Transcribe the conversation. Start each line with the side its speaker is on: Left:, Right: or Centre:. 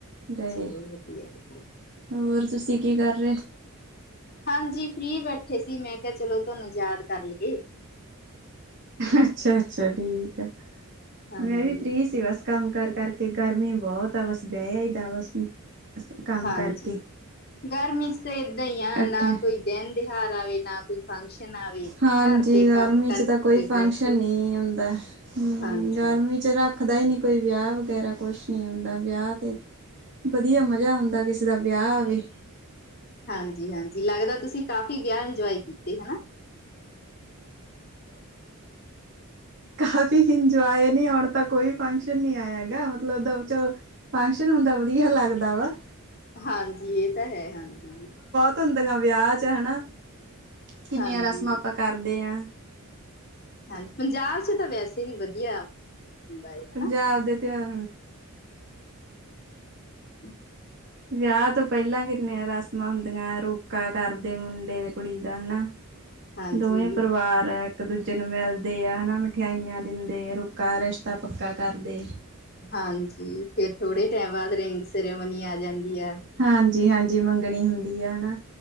Right: ਗਏ
Left: ਚਲੋ ਵਧੀਆ, ਵਧੀਆ
Right: ਹੋਰ ਤੁਸੀਂ ਕੀ ਕਰ ਰਹੇ?
Left: ਹਾਂਜੀ, ਫਰੀ ਬੈਠੇ ਸੀ ਮੈਂ ਕਿਹਾ ਚਲੋ ਤੁਹਾਨੂੰ ਯਾਦ ਕਰ ਲਈਏ
Right: ਅੱਛਾ-ਅੱਛਾ, ਠੀਕ ਆ
Left: ਹਾਂਜੀ
Right: ਮੈਂ ਵੀ ਫਰੀ ਸੀ ਬਸ। ਕੰਮ ਕਰ- ਕਰਕੇ ਗਰਮੀ ਬਹੁਤ ਆ ਬਸ ਬਹਿਆ ਹੀਦਾ ਬਸ ਕੰਮ
Left: ਹਾਂਜੀ
Right: ਕਰਕੇ
Left: ਗਰਮੀ ਚ ਤਾਂ ਇਏਦਾਂ ਹੀ ਆ
Right: ਅੱਠੇ
Left: ਨਾ ਕੋਈ ਦਿਨ ਦਿਉਹਾਰ ਆਵੇ ਨਾ ਕੋਈ ਫੰਕਸ਼ਨ ਆਵੇ
Right: ਹਾਂਜੀ
Left: ਘਰ ਦੇ
Right: ਗਰਮੀ
Left: ਕੰਮ ਕਰਕੇ
Right: ਚ ਤਾਂ ਕੋਈ
Left: ਤੇ
Right: ਫੰਕਸ਼ਨ
Left: ਬੈਠੋ।
Right: ਨਹੀਂ ਹੁੰਦਾ ਹਮ
Left: ਹਾਂਜੀ।
Right: ਗਰਮੀ ਚ ਰੱਖਦਾ ਹੀ ਨੀ ਕੋਈ ਵਿਆਹ ਵਗੈਰਾ ਕੁਛ ਨੀ ਹੁੰਂਦਾ ਵਿਆਹ ਤੇ ਵਧੀਆ ਮਜ਼ਾ ਆਉਂਦਾ, ਕਿਸੇ ਦਾ ਵਿਆਹ ਆਵੇ।
Left: ਹਾਂਜੀ-ਹਾਂਜੀ, ਲੱਗਦਾ ਤੁਸੀਂ ਕਾਫ਼ੀ ਵਿਆਹ ਇੰਜੋਏ ਕੀਤੇ ਹੈਨਾ।
Right: ਕਾਫੀ ਇੰਜੋਏ ਨੀ ਉਣ ਤਾਂ ਕੋਈ ਫੰਕਸ਼ਨ ਨਹੀਂ ਆਇਆ ਹੈਗਾ, ਮਤਲਬ ਓਦਾਂ ਚਲੋ ਫੰਕਸ਼ਨ ਹੁੰਦਾ ਵਧੀਆ ਲੱਗਦਾ ਵਾ।
Left: ਹਾਂਜੀ ਇਹ ਤਾਂ ਹੈ ਹਾਂਜੀ।
Right: ਧੁੰਦਿਆਂ ਵਿਆਹ ਚ ਹੈਨਾ ਕਿੰਨੀਆਂ
Left: ਹਾਂਜੀ
Right: ਰਸਮਾਂ ਆਪਾਂ ਕਰਦੇ ਹਾਂ।
Left: ਹਾਂਜੀ, ਪੰਜਾਬ ਚ ਤਾਂ ਵੈਸੇ ਵੀ ਵਧੀਆ। ਹੁੰਦਾ ਏ ਹਨਾ
Right: ਪੰਜਾਬ ਦੇ ਤੇ ਹਾਂ
Left: ਹੂੰ।
Right: ਵਿਆਹ ਤੋਂ ਪਹਿਲਾਂ ਕਿੰਨੀਆਂ ਰਸਮਾਂ ਹੁੰਦੀਆਂ ਰੋਕਾ ਕਰਦੇ ਮੁੰਡੇ-ਕੁੜੀ ਦਾ ਹੈਨਾ।
Left: <inaudible> ਹਾਂਜੀ
Right: ਦੋਵੇਂ ਪਰਿਵਾਰ ਇੱਕ ਦੂਜੇ ਨੂੰ ਮਿਲਦੇ ਆ ਹੈਨਾ ਮਠਈਆਂ ਦਿੰਦੇ ਰੋਕਾ ਰਿਸ਼ਤਾ ਪੱਕਾ ਕਰਦੇ।
Left: ਹਾਂਜੀ, ਫੇਰ ਥੋੜੇ ਟਾਈਮ ਬਾਅਦ ਰਿੰਗ ਸੈਰੇਮਨੀ ਆ ਜਾਂਦੀ ਆ।
Right: ਹਾਂਜੀ-ਹਾਂਜੀ, ਮੰਗਣੀ ਹੁੰਦੀ ਆ ਹੈਨਾ